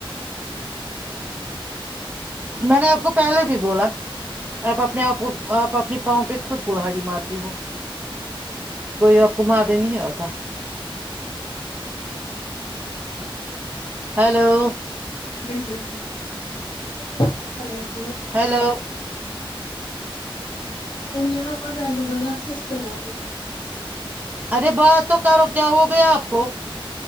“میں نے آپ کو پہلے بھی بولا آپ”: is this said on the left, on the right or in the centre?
Right